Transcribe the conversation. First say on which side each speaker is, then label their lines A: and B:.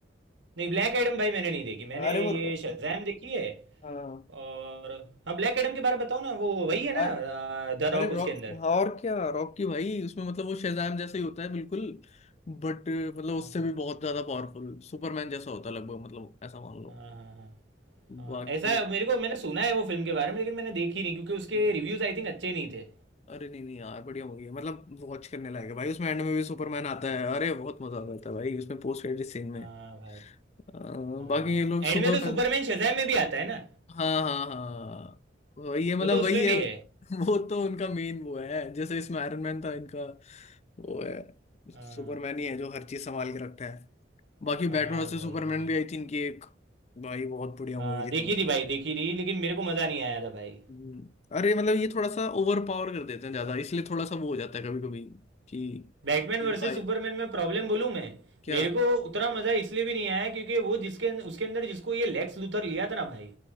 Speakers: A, on the right; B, on the left.
A: नहीं ब्लैक एडम भाई मैंने नहीं देखी मैंने
B: अरे वो
A: ये शज़ाम देखी है
B: हाँ
A: और हाँ ब्लैक एडम के बारे में बताओ ना वो वही है
B: अरे
A: ना द रॉक
B: अरे रॉक
A: उसके अंदर
B: हाँ और क्या रॉक की भाई उसमें मतलब वो शेज़ाम जैसा ही होता है बिल्कुल बट मतलब
A: हाँ
B: उससे भी बहुत ज्यादा पावरफुल सुपरमैन जैसा होता है लगभग मतलब ऐसा मान लो
A: हाँ हाँ हाँ हाँ,
B: बाकी
A: ऐसा मेरे
B: तो
A: को मैंने सुना है वो फिल्म के बारे में लेकिन मैंने देखी नहीं क्योंकि उसके
B: हम्म,
A: रिव्यूज आई थिंक अच्छे नहीं थे
B: अरे नहीं नहीं यार बढ़िया मूवी है मतलब वॉच करने लायक है भाई उसमें एंड में भी सुपरमैन आता है अरे बहुत मजा आता है भाई उसमें पोस्ट क्रेडिट सीन में
A: हाँ भाई
B: अ,
A: हाँ
B: बाकी ये लोग
A: एंड
B: सुपरमैन
A: में तो सुपरमैन शज़ाम में भी आता है ना
B: हाँ हाँ हाँ वही है मतलब
A: वो तो उसमें
B: वही है
A: भी
B: <laughs>
A: है
B: वो तो उनका मेन वो है जैसे इसमें आयरन मैन था इनका वो है
A: हाँ
B: सुपरमैन ही है जो हर चीज संभाल के रखता है बाकी बैटमैन
A: हाँ
B: वर्सेस
A: भाई
B: सुपरमैन
A: वो भी
B: भी आई थी इनकी एक भाई बहुत बढ़िया
A: हाँ
B: मूवी
A: देखी
B: थी वो भी
A: थी भाई देखी थी लेकिन मेरे को मज़ा नहीं आया था भाई
B: हम्म, अरे मतलब ये थोड़ा सा ओवर पावर कर देते हैं ज्यादा इसलिए थोड़ा सा वो हो जाता है कभी कभी कि
A: बैटमैन
B: मतलब
A: वर्सेस
B: भाई
A: सुपरमैन में प्रॉब्लम बोलूँ मैं
B: क्या
A: मेरे को उतना मज़ा इसलिए भी नहीं आया क्योंकि वो जिसके अंदर उसके अंदर जिसको ये लेक्स लूथर लिया था ना भाई